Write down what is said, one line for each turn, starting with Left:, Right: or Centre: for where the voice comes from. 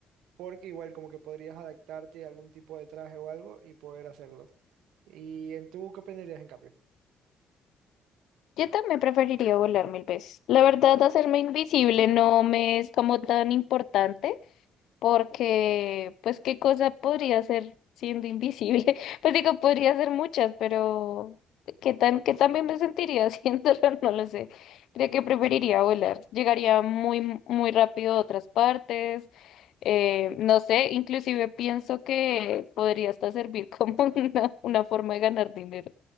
Right: porque igual como que podrías adaptarte a algún tipo de traje o algo y poder hacerlo. ¿Y en tú qué opinarías en cambio?
Left: Yo también preferiría volar mil veces. La verdad, hacerme invisible no me es como tan importante. porque pues qué cosa podría ser siendo invisible. <laughs> Pues digo, podría ser muchas, pero qué tan, qué tan bien me sentiría <laughs> haciéndolo, no lo sé. Creo que preferiría volar. Llegaría muy, muy rápido a otras partes. eh, no sé, inclusive pienso que podría hasta servir como <laughs> una, una forma de ganar dinero.